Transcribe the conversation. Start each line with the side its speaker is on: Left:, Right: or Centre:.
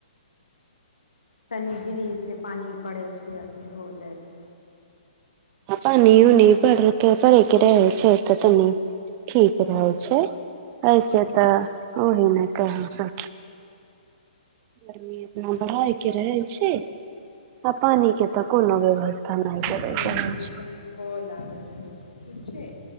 Left: तनी ज्री से पानि पड़ै छै आ फिर हो जाइ छै
Right: पान उनी भरके भरके रहे छै तऽ तनि ठीक
Left: हँ
Right: रहै छै ऐसे
Left: हँ
Right: तऽ ओही ने कह सी गी अपना बढ़ाय के रहे छै आ पानी के तऽ कोनो व्यवस्था नहि
Left: देखि
Right: करैत रहै
Left: हमर
Right: छै
Left: तनी कॉल आगल रहै छै ठीक छै